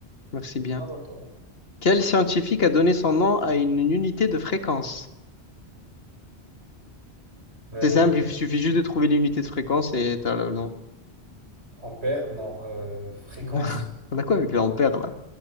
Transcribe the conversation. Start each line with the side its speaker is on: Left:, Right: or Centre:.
Left: Merci bien.
Right: Bravo à toi.
Left: Quel scientifique a donné son nom à une unité de fréquence?
Right: Euh,
Left: C'est simple, il suffit juste de trouver l'unité de fréquence et t'as le... non.
Right: ampère, non, euh, fréquence.
Left: <laughs> On a quoi avec l'ampère là?